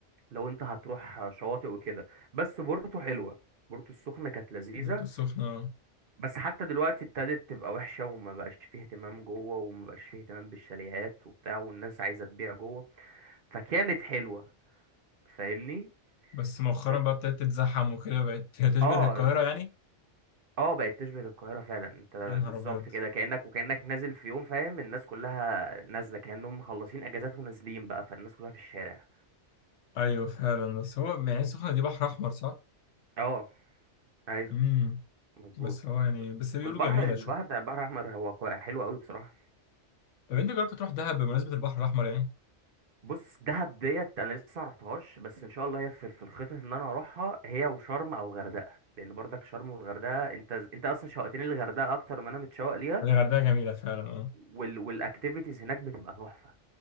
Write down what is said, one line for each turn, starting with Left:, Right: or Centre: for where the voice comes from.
Right: لو أنت هتروح شواطئ وكده بس بورتو حلوة بورتو السخنة كانت لذيذة
Left: برضو السخنة
Right: بس حتى دلوقتي ابتدت تبقى وحشة وما بقاش فيه اهتمام جوه وما بقاش فيه اهتمام بالشاليهات وبتاع والناس عايزة تبيع جوه فكانت حلوة فاهمني
Left: بس مؤخرا
Right: اه
Left: بقى ابتدت تتزحم وكده بقت <laughs> تشبه
Right: آه،
Left: القاهرة يعني
Right: اه بقت تشبه القاهرة فعلا انت
Left: يا نهار
Right: بالظبط
Left: ابيض
Right: كده كأنك وكأنك نازل في يوم فاهم الناس كلها نازلة كأنهم مخلصين اجازات ونازلين بقى فالناس كلها في الشارع
Left: ايوه فعلا بس هو يعني السخنه دي بحر احمر صح
Right: اه ايوه
Left: امم
Right: مظبوط
Left: بس هو يعني بس بيقولوا
Right: والبحر
Left: جميله
Right: البحر
Left: شوف
Right: بتاع البحر الاحمر هو كوي- حلو قوي بصراحة
Left: طب انت جربت تروح دهب بمناسبه البحر الاحمر يعني
Right: بص دهب ديت انا لسه ما رحتهاش بس ان شاء الله هي في في الخطط ان انا اروحها هي وشرم او غردقة لان برضك شرم والغردقة انت انت اصلا شوقتني للغردقة اكتر ما انا متشوق ليها
Left: يعني الغردقه جميله فعلا اه
Right: وال... والاكتيفيتيز هناك بتبقى تحفة